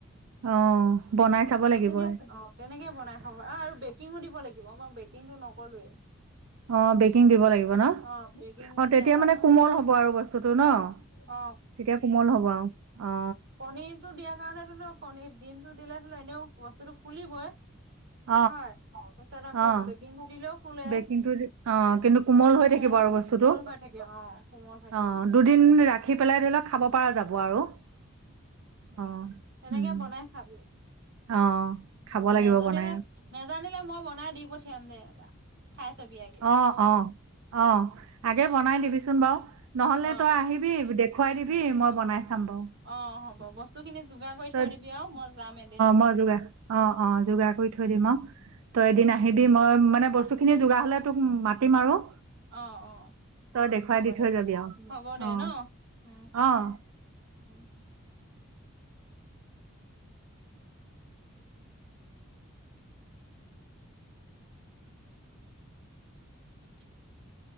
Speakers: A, on the right (about 80°); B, on the right (about 50°).
A: অ বনাই চাব লাগিব।
B: তেনেকে অ তেনেকে বনাই খাব আৰু বেকিঙো দিব লাগিব মই বেকিংটো নকলোৱেই।
A: অ বেকিং দিব লাগিব নহ
B: অ বেকিং
A: অ' তেতিয়া
B: এচামুচ
A: মানে কোমল হ'ব আৰু বস্তু বস্তুটো নহ
B: অ অ
A: তেতিয়া কোমল হ'ব আৰু অ।
B: কণীৰটো দিয়াৰ কাৰণে <unintelligible> কণীৰ দিমটো দিলে হ'লেওঁ এনেও বস্তুটো ফুলিবই।
A: <inaudible>
B: হয় পিছত আকৌ
A: অ',
B: বেকিং দিলেও চলে
A: বেকিংটো দি অ', কিন্তু কোমল
B: অ' ফুলে।
A: হৈ থাকিব আৰু বস্তুটো
B: কোমল হৈ থাকে অ' কোমল হৈ থাকে।
A: অ',
B: <unintelligible>
A: দুদিন ৰাখি পেলাই ধৰি লওক খাব পাৰা যাব আৰু অ'।
B: সেনেকে
A: উম,
B: বনাই খাবি
A: অ', খাব
B: অ'
A: লাগিব
B: নাজানিলে
A: বনাই
B: নেজানিলে মই বনাই দি পঠিয়াম দে এটা। খাই চাবি আগে
A: অ, অ, অ
B: উ
A: আগে বনাই দিবি বাৰু নহ'লে
B: অ
A: তই আহিবি দেখুৱাই দিবি মই বনাই চাম বাৰু।
B: অ' হ'ব বস্তুখিনি যোগাৰ কৰি
A: তই
B: থৈ দিবি আৰু মই যাম এদিন।
A: মই যোগাৰ অ', অ', যোগাৰ কৰি থৈ দিম আৰু তই এদিন আহিবি, মই মানে, বস্তুখিনি যোগাৰ হ'লে তোক মাতিম আৰু
B: অ', অ', উম,
A: তই দেখুৱাই
B: হ'ব
A: দি থৈ
B: দে,
A: যাবি আৰু
B: হ'ব দে
A: অ',
B: ন? উম।
A: অ'।
B: উম। <inaudible>